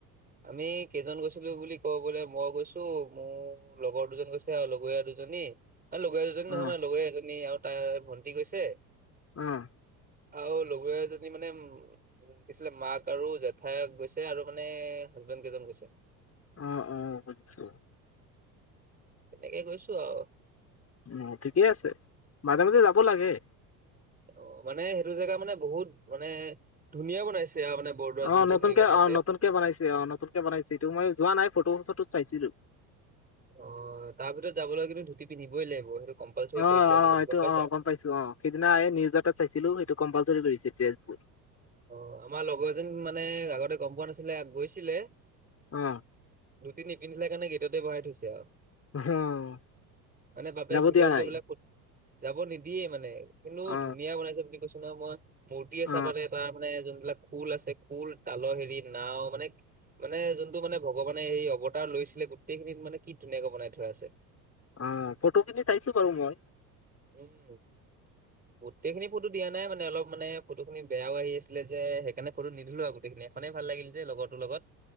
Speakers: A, on the right; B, on the left.
A: আমি কেইজন গৈছিলো বুলি কব গলে, মই গৈছো মোৰ লগৰ দুজন গৈছে আৰু লগৰীয়া দুজনী লগৰ দুজনী
B: অ
A: নহয় মান লগৰ এজনী আৰু তাই ভণ্টি গৈছে,
B: উম।
A: আৰু লগৰীয়াজনী মানে দিছিলে মাক আৰু জে ঠায় গৈছে আৰু মানে, হাজবেণ্ড কেইজন গৈছে৷
B: অ অ, আচ্চা।
A: তেনেকে গৈছো আৰু।
B: উ ঠিকেই আছে, মাজে মাজে যাব লাগে৷
A: অ মানে সেইটো জেগা মানে, বহুত মানে ধুনীয়া বনাইছে৷ আৰু মানে বৰদোৱাৰ
B: অ'
A: যোনটো
B: নতুনকে,
A: হেৰি বনাইছে
B: অ' নতুনকে বনাইছে, অ' নতুনকে বনাইছে এইটো মই যোৱা নাই ফটো-চটো চাইছিলো৷
A: অ' তাৰ ভিতৰত যাবলৈ কিন্তু ধুতি পিন্ধিবই লাগিব। সেইটো কম্পালচৰি
B: অ'
A: কৰি দিলে আজিকালি
B: অ' এইটো
A: পাইছা
B: অ' গম পাইছো অ' সিদিনা এই নিউজ এটাত চাইছিলো সেইটো কম্পালচৰি কৰিছে৷ <unintelligible>
A: অ' আমাৰ লগৰ এজন মানে আগতে গম পোৱা নাছিলে, গৈছিলে
B: অ
A: ধূটি নিপিন্ধিলে কাৰণে গেটতে বহাই থৈছে আৰু
B: অহ,
A: মানে বাপেক
B: যাব
A: ভিতৰত
B: দিয়া নাই
A: গৈ পেলাই ফুট যাব নিদিয়ে মানে, কিন্তু
B: অ
A: ধুনীয়া বনাইছে বুলি কৈছো নহয় মই, মূৰ্তি এই
B: অ
A: চাবানে মানে যোনবিলাক খুল আছে খুল, তালৰ হেৰি নাও মানে মানে, যোনটো মানে ভগৱানে সেই অৱতাৰ লৈছিলে গোটেইখিনিত মানে কি ধুনীয়াকে বনাই থোৱা আছে৷
B: অ' ফটো খিনি চাইছো বাৰু মই৷
A: উম৷ গোটেইখিনি ফটো দিয়া নাই মানে অলপ মানে ফটো খিনি বেয়াও আহি আছিলে যে সেইকাৰণে ফটো নিদিলো আৰু গোটেইখিনি এখনেই ভাল লাগিল দে লগৰটোৰ লগত